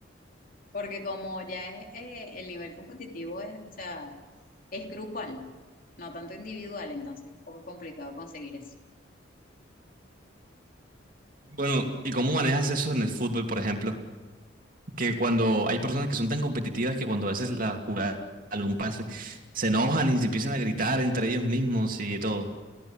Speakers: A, on the left; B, on the right.
A: Porque como ya es eh, el nivel competitivo es, o sea, es grupal, no tanto individual, entonces es un poco complicado conseguir eso.
B: Bueno, ¿y cómo manejas eso en el fútbol, por ejemplo? Que cuando hay personas que son tan competitivas que cuando a veces la jugada, algún pase, se enojan y se empiezan a gritar entre ellos mismos y todo.